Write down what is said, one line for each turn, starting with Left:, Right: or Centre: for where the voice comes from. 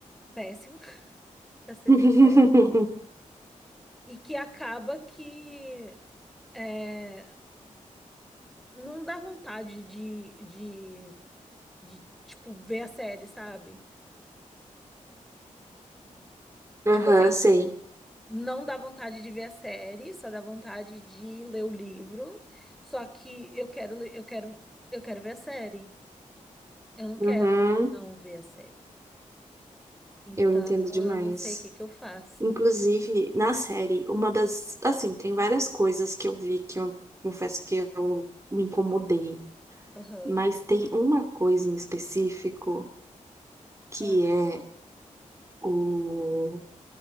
Centre: péssima, <laughs> pra ser
Right: <laughs>
Centre: sincera, e que acaba que é, não dá vontade de, de, de, tipo, ver a série, sabe?
Right: Aham,
Centre: Tipo assim,
Right: sei.
Centre: não dá vontade de ver a série, só dá vontade de ler o livro, só que eu quero, le- eu quero, eu quero ver a série. Eu não
Right: Uhum,
Centre: quero não ver a série. Então,
Right: eu entendo demais.
Centre: eu não sei o que que eu faço.
Right: Inclusive, na série, uma das. Assim, tem várias coisas que eu vi que eu confesso que eu me incomodei.
Centre: Aham.
Right: Mas tem uma coisa em específico que
Centre: Aham.
Right: é o,